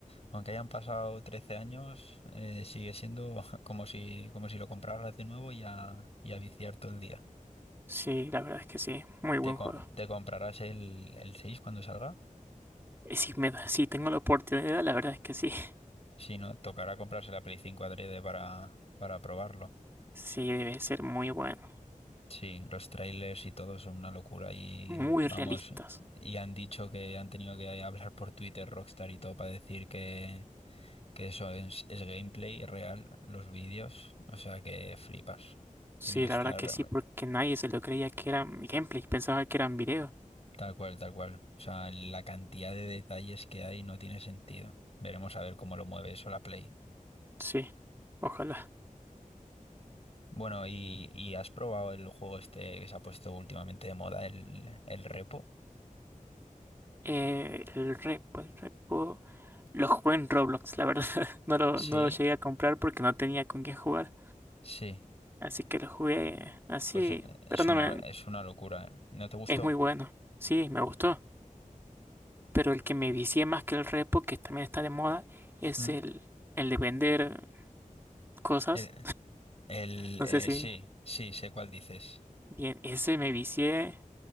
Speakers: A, on the left; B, on the right.
A: aunque hayan pasado 13 años, eh, sigue siendo <laughs> como si, como si lo compraras de nuevo y a, y a viciar todo el día.
B: Sí, la verdad es que sí, muy buen
A: ¿Te, co-
B: juego.
A: te comprarás el, el 6 cuando salga?
B: Y si me da, si tengo la oportunidad, la verdad es que sí. <laughs>
A: Si no, tocará comprarse la Play 5 adrede para, para probarlo.
B: Sí, debe ser muy bueno,
A: Sí, los trailers y todo son una locura y
B: muy
A: vamos,
B: realistas.
A: y han dicho que han tenido que hablar por Twitter Rockstar y todo para decir que que eso es, es gameplay real, los vídeos, o sea que flipas.
B: Sí,
A: Tiene que estar
B: la verdad que sí, porque nadie se lo creía que eran gameplay, pensaba que eran videos.
A: tal cual, tal cual. O sea, la cantidad de detalles que hay no tiene sentido. Veremos a ver cómo lo mueve eso la Play.
B: Sí, ojalá.
A: Bueno, ¿y, y has probado el juego este que se ha puesto últimamente de moda, el, el Repo?
B: Eh, el repo, el repo. Lo jugué en Roblox, la verdad. <laughs> No lo,
A: Sí,
B: no lo llegué a comprar porque no tenía con quién jugar.
A: sí.
B: Así que lo jugué así,
A: Pues eh, es
B: pero no
A: una,
B: me,
A: es una locura. ¿eh? ¿No te gustó?
B: Es muy bueno, sí, me gustó. Pero el que me vicié más que el repo, que también está de moda, es
A: Mm.
B: el, el de vender cosas.
A: El, el,
B: No
A: eh,
B: sé si
A: sí, sí, sé cuál dices.
B: bien, ese me vicié